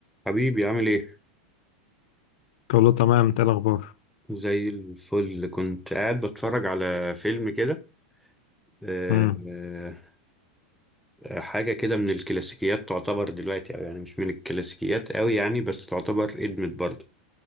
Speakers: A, in the centre; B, on the left.
A: حبيبي عامل ايه؟
B: كله تمام انت ايه الاخبار
A: زي الفل كنت قاعد بتفرج على فيلم كده آه،
B: امم
A: آه، حاجة كده من الكلاسيكيات تعتبر دلوقتي أو يعني مش من الكلاسيكيات قوي يعني بس تعتبر قدمت برضه